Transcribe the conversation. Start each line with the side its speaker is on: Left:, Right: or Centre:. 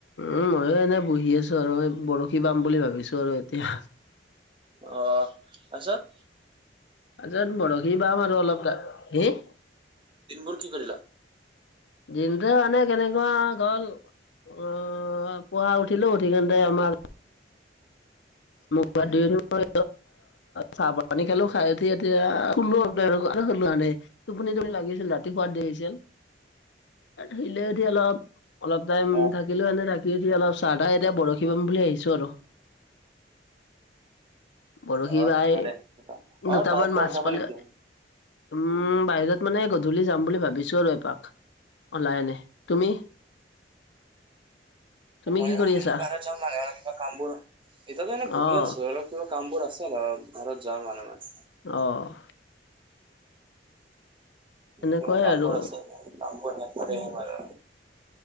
Left: উম' ময়ো এনে বহি আছো আৰু এই বৰশী পাম বুলি ভাবিছো আৰু এতিয়া।
Right: অ' তাছত-
Left: তাপিছত বৰশী বাম আৰু অলপ টাইম। হুম'
Right: দিনবৰ কি কৰিলা?
Left: দিনটো মানে কেনেকুৱা গ'ল, অঁ পোৱা উঠিলো উঠি কিনতে আমাৰ- মোক হাত ধুই মেলি মই চাহ পানী খালো খাই উঠি এতিয়া শুলো অলপ টাইম মানে শুলো এনেই। টোপনি টোপনি লাগিছিল ৰাতি শুৱাত দেই হৈছিল, ধিলেদি অলপ- অলপ টাইম
Right: অহ
Left: থাকিলো এনেই থাকিদি অলপ চাহ তাহ এতিয়া বৰশী বাম বুলি আহিছোঁ আৰু। বৰশী
Right: অহ
Left: বাই
Right: ভালে অ
Left: দুটামান
Right: বাৰত ক'বাত
Left: মাছ
Right: যাব
Left: পালে।
Right: নেকি
Left: উম' বাহিৰত মানে গধূলি যাম বুলি ভাবিছো আৰু এপাক। ওলাই এনে তুমি তুমি
Right: ময়ো
Left: কি কৰি আছা?
Right: বাহিৰত যাম মানে অলপ কিবা কাম বোৰ এনে বহি
Left: অ
Right: আছো অলপ কিবা কামবোৰ আছে অলপ। ঘৰত যাম মানে ময়।
Left: অঁ' এনেকুৱাই
Right: তুমি কামবোৰ
Left: আৰু
Right: আছে কামবোৰ শেষ কৰি
Left: উম,
Right: আহিব পাৰে।